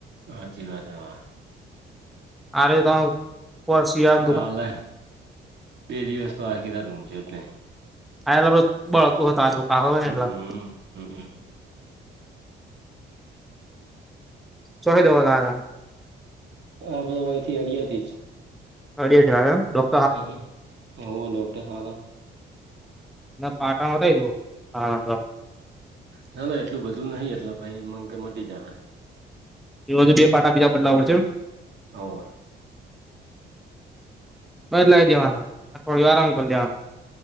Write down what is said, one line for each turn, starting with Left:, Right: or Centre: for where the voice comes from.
Right: હાચી, વાત હા
Centre: આરે તમ પરસિયા
Right: કાલે બે દિવિવસ્ત તો આકીિદત ઘુમચ એ ત્યા
Centre: આ એલાધ બળતું હોય તાજબું કા હોય
Right: હમ
Centre: ને એલા
Right: હમ
Centre: ચોહી દવાના
Right: હ બધયથી અડિયા થી જ
Centre: અ છે, ડોર
Right: હમ હો ડોક્ટર હા
Centre: ના પાટામાં થઈ દઉ હા
Right: ના ના એટલું બધું નહીિ એટલે પછ મગ કે મટી જાય
Centre: એ બધું બે પાટા બીજા બદલા આવડશે એમ
Right: હોવ
Centre: બદ લઈ જવાના અડ આરામ કરી દેવાનુ